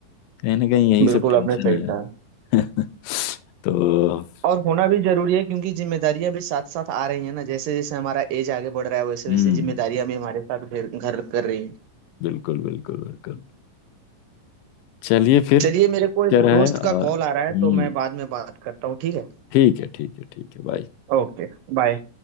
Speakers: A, on the left; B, on the right.
A: कहीं ना कहीं यही
B: बिल्कुल
A: सब टेंशन
B: आपने सही कहा
A: है <laughs> तो
B: और होना भी जरूरी है क्योंकि जिम्मेदारियां भी साथ साथ आ रही हैं ना जैसे जैसे हमारा एज आगे बढ़ रहा है वैसे
A: हम्म
B: वैसे जिम्मेदारियां भी हमारे साथ घर घर कर रही हैं
A: बिल्कुल बिल्कुल बिल्कुल चलिए फिर
B: चलिए मेरे को एक
A: क्या रहा
B: दोस्त
A: है और
B: का कॉल
A: हम्म
B: आ रहा है तो मैं बाद में बात करता हूँ ठीक है
A: ठीक है ठीक है ठीक है बाय
B: ओके बाय